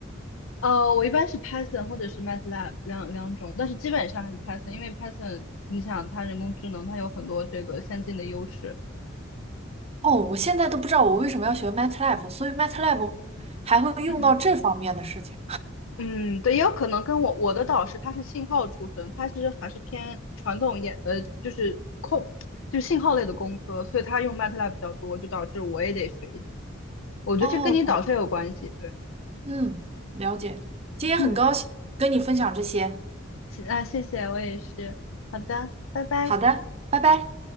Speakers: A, on the left; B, on the right.
A: 呃，我一般是 Python 或者是 MATLAB 两两种，但是基本上还是 Python，因为 Python 你想它人工智能，它有很多这个先进的优势。
B: 哦，我现在都不知道我为什么要学 MATLAB，所以 MATLAB 还会用到这方面的事情。
A: 嗯嗯，对，也有可能跟我我的导师他是信号出身，他其实还是偏传统一点，呃，就是控，就是信号类的工科，所以他用 MATLAB 比较多，就导致我也得学一些。我觉得这跟你导师也有关系，
B: 哦，
A: 对，
B: 嗯，了解。今天很高兴跟你分享这些。
A: 嗯，行啊，谢谢，我也是，好的，拜拜。
B: 好的，拜拜。